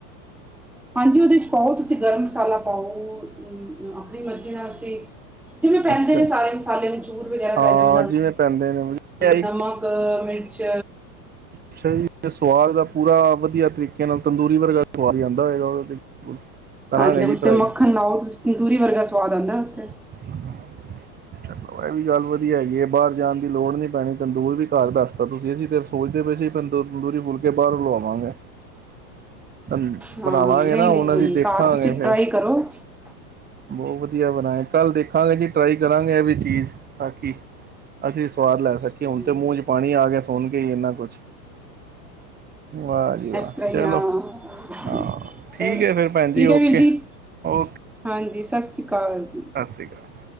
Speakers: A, in the centre; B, on the right (about 20°).
A: ਹਾਂਜੀ ਉਹਦੇ ਚ ਪਾਓ ਤੁਸੀਂ ਗਰਮ ਮਸਾਲਾ ਪਾਓ ਅ ਆਪਣੀ ਮਰਜ਼ੀ ਨਾਲ ਅਸੀਂ ਜਿਵੇਂ ਪੈਂਦੇ
B: ਅੱਛਾ
A: ਨੇ ਸਾਰੇ ਮਸਾਲੇ ਮਚੂਰ ਵਗੈਰਾ
B: ਹਾਂ
A: ਪੈ ਜਾਂਦੇ
B: ਜਿਵੇਂ ਪੈਂਦੇ ਨੇ ਇਹ ਹੈ
A: ਅ ਨਮਕ, ਮਿਰਚ।
B: ਅੱਛਾ ਜੀ, ਸੁਵਾਦ ਤਾ ਪੂਰਾ ਵਧੀਆ ਤਰੀਕੇ ਨਾਲ ਤੰਦੂਰੀ ਵਰਗਾ ਸੁਵਾਦ ਈ ਆਂਦਾ ਹੋਏਗਾ ਉਹਦਾ ਤੇ। <inaudible>
A: ਹਾਂਜੀ,
B: ਜੀ
A: ਉੱਤੇ
B: ਟਰਾਈ
A: ਮੱਖਣ ਲਾਓ ਤੁਸੀਂ ਤੰਦੂਰੀ ਵਰਗਾ ਸਵਾਦ ਆਂਦੇ ਉਥੇ।
B: <inaudible> ਚਲੋ ਇਹ ਵੀ ਗੱਲ ਵਧੀਆ ਹੈਗੀ ਏ ਬਾਹਰ ਜਾਣ ਦੀ ਲੋੜ ਨੀ ਪੈਣੀ ਤੰਦੂਰ ਵੀ ਘਰ ਦੱਸ ਤਾਂ ਤੁਸੀਂ ਅਸੀਂ ਤੇ ਸੋਚਦੇ ਪਏ ਸੀ ਤੰਦੂਰ ਤੰਦੂਰੀ ਫੁਲਕੇ ਬਾਹਰੋ ਲਵਾਵਾਂਗੇ ਤੰ
A: ਹਾਂ
B: ਬਣਾਵਾਂਗੇ
A: ਨਹੀਂ
B: ਨਾ
A: ਨਹੀਂ
B: ਹੁਣ
A: ਨਹੀਂ
B: ਅਸੀਂ
A: ਨਹੀਂ
B: ਦੇਖਾਂਗੇ
A: ਘਰ
B: ਫੇਰ।
A: <unintelligible>
B: ਬਹੁਤ ਵਧੀਆ ਬਣਾਏ ਕੱਲ੍ਹ ਦੇਖਾਂਗੇ ਜੀ ਟਰਾਈ ਕਰਾਂਗੇ ਇਹ ਵੀ ਚੀਜ਼ ਤਾਂ ਕਿ ਅਸੀਂ ਵੀ ਸਵਾਦ ਲੈ ਸਕੀਏ
A: ਹਮ,
B: ਹੁਣ ਤੇ ਮੂੰਹ ਚ ਪਾਣੀ ਆ ਗਿਆ ਸੁਣ ਕੇ ਈ ਏਨਾ ਕੁਛ। ਵਾਹ ਜੀ ਵਾਹ
A: ਇਸ ਤਰ੍ਹਾਂ
B: ਚਲੋ।
A: ਹੀ ਹਾਂ
B: ਹਾਂ ਠੀਕ
A: ਚਲੋ
B: ਐ ਫੇਰ ਭੈਣਜੀ
A: ਠੀਕ
B: ਓਕੇ-ਓਕੇ।
A: ਹੈ ਵੀਰ ਜੀ ਹਾਂਜੀ ਸਤਿ ਸ਼੍ਰੀ ਕਾਲ ਜੀ।
B: ਸਾਸਰੀ ਕਾਲ।